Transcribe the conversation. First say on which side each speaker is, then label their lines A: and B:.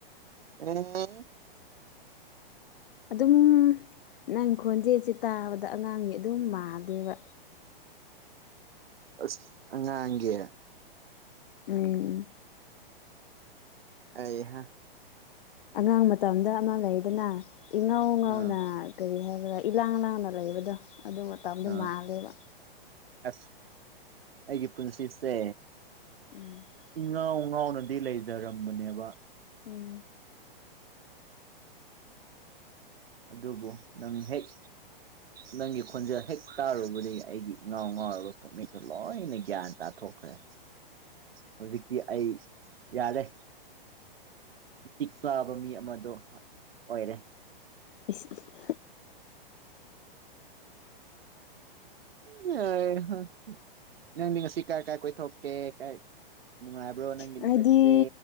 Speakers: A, on the right; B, on the left.
A: ꯑꯦ <inaudible>
B: ꯑꯗꯨꯝ ꯅꯪ ꯈꯣꯟꯖꯦꯁꯦ ꯇꯥꯕꯗ ꯑꯉꯥꯡꯒꯤ ꯑꯗꯨꯝ ꯃꯥꯗꯦꯕ
A: ꯑꯁ ꯑꯉꯥꯡꯒꯤ
B: ꯎꯝ
A: ꯑꯌꯦꯍ
B: ꯑꯉꯥꯡ ꯃꯇꯝꯗ ꯑꯃ ꯂꯩꯗꯅ ꯏꯉꯧ ꯉꯧꯅ
A: ꯑꯥ
B: ꯀꯔꯤ ꯍꯥꯏꯕꯗꯥ ꯏꯂꯥꯡ ꯂꯥꯡꯅ ꯂꯩꯕꯗꯣ ꯑꯗꯨ ꯃꯇꯝꯗꯣ
A: ꯑꯥ
B: ꯃꯥꯜꯂꯦꯕ
A: ꯑꯁ ꯑꯩꯒꯤ ꯄꯨꯟꯁꯤꯁꯦ
B: ꯎꯝ <inaudible>
A: ꯏꯉꯥꯎ ꯉꯥꯎꯅꯗꯤ ꯂꯩꯖꯔꯝꯕꯅꯦꯕ
B: ꯎꯝ
A: ꯑꯗꯨꯕꯨ ꯅꯪ ꯍꯦꯛ ꯅꯪꯒꯤ ꯈꯣꯟꯖꯦꯜ ꯍꯦꯛ ꯇꯥꯔꯨꯕꯗꯒꯤ ꯑꯩꯒꯤ ꯏꯉꯥꯎ ꯉꯥꯎꯒ ꯄꯨꯛꯅꯤꯡꯁ ꯂꯣꯏꯅ ꯒ꯭ꯌꯥꯟ ꯇꯥꯊꯣꯛꯈ꯭ꯔꯦ ꯍꯧꯖꯤꯛꯇꯤ ꯑꯩ ꯌꯥꯔꯦ ꯃꯇꯤꯛ ꯆꯥꯕ ꯃꯤ ꯑꯃꯁꯣ ꯑꯣꯏꯔꯦ
B: ꯏꯁ ꯏꯁ
A: ꯅꯩ ꯍ ꯅꯪꯗꯤ ꯉꯁꯤ ꯀꯥꯏ ꯀꯥꯏ ꯀꯣꯏꯊꯣꯛꯀꯦ ꯀꯥꯏ ꯅꯨꯡꯉꯥꯏꯕ꯭ꯔꯣ ꯅꯪꯒꯤ
B: ꯑꯩꯗꯤ
A: ꯅꯨꯃꯤꯠꯇꯤ